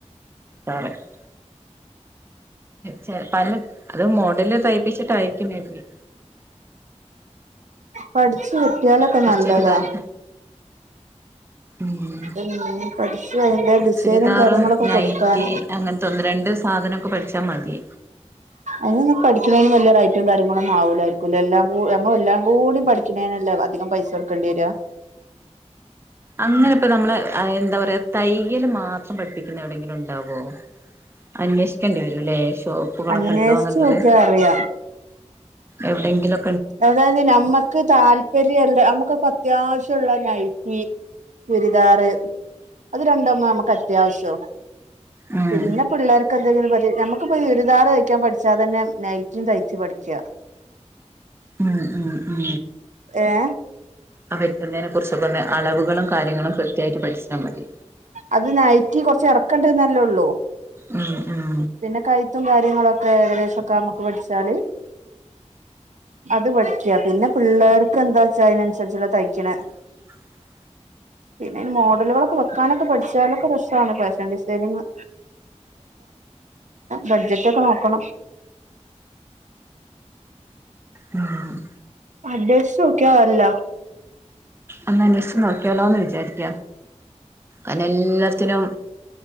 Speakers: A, on the right; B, on the right.
A: പറാ <unintelligible> ചെ പല അത് മോഡല് തയ്പ്പിച്ചിട്ടായിരിക്കും മേബി
B: പഠിച്ച് കിട്ടിയാലൊക്കെ
A: കുറച്ചൊരു
B: നല്ലതാ
A: വേറെ ഉം
B: ഉം പഠിച്ച് അതിന്റെ ഡിസൈനും
A: ചുരിദാറും
B: കാര്യങ്ങളൊക്കെ
A: നൈറ്റി
B: കൊടുക്കാൻ
A: അങ്ങനത്തെ ഒന്ന് രണ്ട് സാധനൊക്കെ പഠിച്ചാൽ മതി
B: അയ്നൊന്നും പഠിക്ക്ണേതിന് വല്ലിയ റൈറ്റും കാര്യങ്ങളൊന്നും ആവൂലായിരിക്കു എല്ലാം കൂ 'നമ്മെ എല്ലാം കൂടി പഠിക്കുന്നേനല്ലേ അധികം പൈസ കൊടുക്കേണ്ടി വരിയ
A: അങ്ങനെ ഇപ്പ നമ്മള് എന്താ പറയാ തയ്യല് മാത്രം പഠിപ്പിക്കുന്ന എവിടെയെങ്കിലും ഉണ്ടാവോ അന്വേഷിക്കേണ്ടി വരുലേ ഷോപ്പുകളൊക്കെ
B: അന്വേഷിച്ച്
A: ഉണ്ടോന്നുള്ളത്
B: നോക്കിയാ അറിയാം
A: എവിടെങ്കിലും
B: അതായത് നമ്മുക്ക് താല്പര്യല്ല നമ്മുക്ക് അത്യാവശ്യുള്ള നൈറ്റി ചുരിദാറ് അത് രണ്ടു മ്മ നമുക്ക് അത്യാവശ്യം
A: ഉം
B: പിന്നെ പിള്ളേർക്ക് എന്തെങ്കിലും പറതി നമുക്കിപ്പോ ചോരിദാർ തയ്ക്കാൻ പഠിച്ചാൽ തന്നെ നൈറ്റിം തയ്ച്ചു പഠിക്ക
A: ഉം ഉം ഉം
B: ഏഹ്
A: ആ വെട്ടുന്നേനെ കുറിച്ചൊക്കെ ഒന്ന് അളവുകളും കാര്യങ്ങളും കൃത്യമായിട്ട് പഠിച്ചാൽ മതി
B: അത് നൈറ്റി കുറച്ച് എറക്കണ്ട്ന്നല്ലേള്ളൂ
A: ഉം ഉം
B: പിന്നെ കൈത്തും കാര്യങ്ങളൊക്കെ ഏകദേശൊക്കെ നമുക്ക് പഠിച്ചാല് അത് പഠിക്ക പിന്നെ പിള്ളേർക്ക് എന്താ ച്ചാ അതിനനുസരിച്ചുള്ള തയ്ക്ക്ണ
A: ആ
B: പിന്നെ ഈ മോഡലോളൊക്കെ വെക്കാനൊക്കെ പഠിച്ചാലൊക്കെ രസാണ് ഫാഷൻ ഡിസൈനിങ് ബഡ്ജറ്റ് ഒക്കെ നോക്കണം
A: ഉം
B: അന്വേഷിചോക്ക്യ അല്ല
A: ഒന്ന് അന്വേഷച്ച് നോക്കിയാലോന്ന് വിചാരിക്ക അനെ എല്ലാത്തിനും